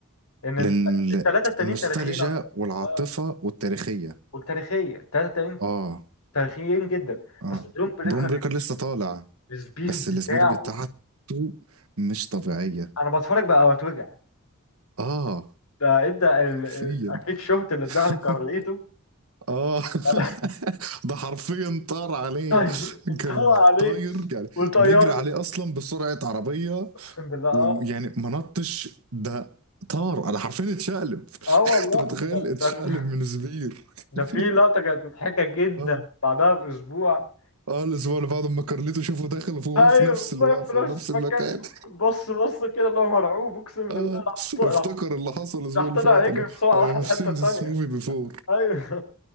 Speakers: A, on the left; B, on the right.
A: ان انت
B: لان
A: الثلاثه التانيين
B: النوستالجيا
A: تاريخيين اكتر
B: والعاطفه
A: اه
B: والتاريخيه
A: والتاريخيه الثلاثه التانيين
B: اه
A: تاريخيين جدا
B: اه
A: بس درون بريكر
B: بروم بريكر لسه طالع
A: السبيش
B: بس
A: بتاعه
B: الاسبير بتاعته مش طبيعيه
A: انا بتفرج بقى واتوجع
B: اه
A: ده ادى ال...
B: حرفيا
A: ال- اكيد شفت اللي اداها لكارليتو
B: <laughs> اه
A: <laughs>
B: <laughs> ده حرفيا طار عليا
A: طيب
B: كان
A: طلع عليه
B: طاير يعني
A: وطيره
B: بيجري عليه اصلا بسرعه عربيه
A: اقسم بالله
B: ويعني
A: اه
B: ما نطش ده طار انا حرفيا اتشقلب <laughs>
A: اه والله
B: انت متخيل
A: ده
B: اتشقلب
A: ده في
B: من زبير
A: ده
B: <laughs>
A: في لقطه كانت مضحكه جدا
B: اه
A: بعدها باسبوع
B: اه الاسبوع اللي بعده لما كارليتو شافه داخل وهو
A: ايوه
B: في نفس الوقفه
A: واقف في نفس
B: ونفس
A: المكان
B: المكان <laughs>
A: بص بص كده اللي هو مرعوب اقسم
B: اه
A: بالله راح ط- راح
B: افتكر اللي حصل الاسبوع
A: راح
B: اللي
A: طلع
B: فات
A: يجري
B: اللي هو
A: بسرعه راح
B: I
A: الحته
B: have seen
A: التانيه
B: this movie before
A: ايوه